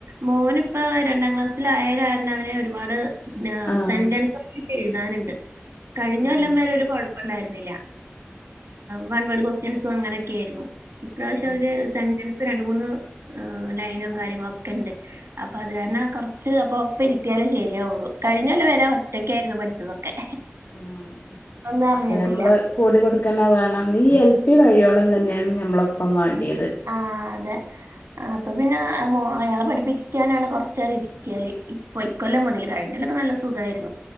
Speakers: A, on the right; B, on the left.
A: മോൻ ഇപ്പ രണ്ടാം ക്ലാസ്സിലായ കാരണം അവന് ഒരുപാട്
B: ആഹ്
A: സെന്റൻസ് എഴുതാനുണ്ട് കഴിഞ്ഞ
B: ആഹ്
A: കൊല്ലം വരെ ഒരു കൊഴപ്പം ണ്ടായിരുന്നില്ല വൺവേഡ് ക്വസ്റ്റ്യൻസും അങ്ങനെയൊക്കെ ആയിരുന്നു ഇപ്രാവശ്യം
B: ആഹ്
A: അവര് സെന്റൻസ് രണ്ട് മൂന്ന് ലൈനും കാര്യങ്ങളും ഒക്കെ ഇണ്ട് അപ്പം അത് കാരണം കോറച്ച് അപ്പ ഒപ്പം ഇരുത്തിയാലേ ശരിയാവുള്ളൂ കഴിഞ്ഞോല്ലം വരെ ഒറ്റയ്ക്കായിരുന്നു പഠിച്ചതൊക്കെ
B: മ്
A: ഒന്നും അറിഞ്ഞിട്ടില്ല
B: അപ്പൊ ഞമ്മള് കൂടി കൊടുക്കെന്നെ വേണംന്ന് ഈ എൽ പി കഴിയോളം തന്നെയാണ് നമ്മൾ ഒപ്പം വേണ്ടിയത്
A: ആഹ് അതെ അപ്പൊ പിന്നെമോ അയാളെ പഠിപ്പിക്കാനാണ് കുറച്ച നേരം ഇരിക്ക ല് ഇപ്പൊ ഇക്കൊല്ലം മുതൽ കഴിഞ്ഞോലൊക്കെ നല്ല സുഖായിരുന്നു